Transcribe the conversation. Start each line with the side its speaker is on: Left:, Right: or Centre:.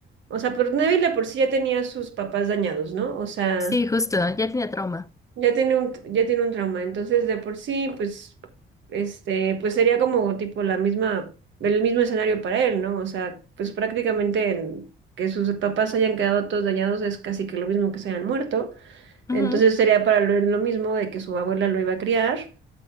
Right: o sea, pero Neville de por sí ya tenía sus papás dañados, ¿no? O sea,
Left: Sí, justo, ya tenía trauma.
Right: ya tiene un, ya tiene un trauma, entonces de por sí, pues, este, pues sería como tipo la misma, el mismo escenario para él, ¿no? O sea, pues prácticamente en- que sus papás hayan quedado todos dañados es casi que lo mismo que se hayan muerto.
Left: Ujú,
Right: Entonces sería para Lore lo mismo de que su abuela lo iba a criar.